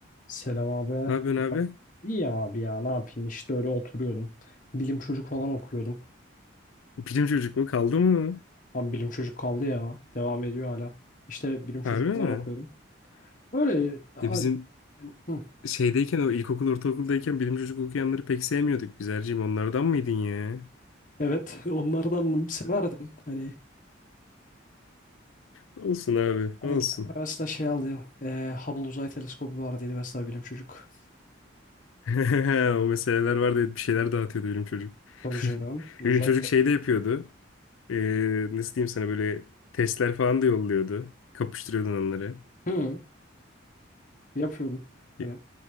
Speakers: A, on the left; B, on the left.
A: Selam abi.
B: Ne yapıyorsun abi?
A: İyi ya abi ya ne yapayım işte öyle oturuyordum. Bilim çocuk falan okuyordum.
B: Bilim çocuk mu? Kaldı mı?
A: Abi bilim çocuk kaldı ya. Devam ediyor hala. İşte bilim çocuk
B: Harbi
A: falan
B: mi?
A: okuyordum. Öyle a-
B: Ya bizim
A: hı.
B: şeydeyken o ilkokul ortaokuldayken bilim çocuk okuyanları pek sevmiyorduk biz Erciğim. Onlardan mıydın ya?
A: Evet <laughs> onlardan severdim. Hani
B: Olsun abi
A: hani
B: olsun.
A: mesela şey aldı. E, Hubble Uzay Teleskobu vardıydı mesela bilim çocuk.
B: <laughs> O meseleler vardı evet, bir şeyler dağıtıyordu bilim çocuk.
A: Tabii
B: <laughs>
A: canım. Uzay
B: Bilim çocuk
A: teleskobu.
B: şey de yapıyordu. Ee, nasıl diyeyim sana böyle testler falan da yolluyordu. Kapıştırıyordun onları.
A: Hı, yapıyordum. Hani
B: E,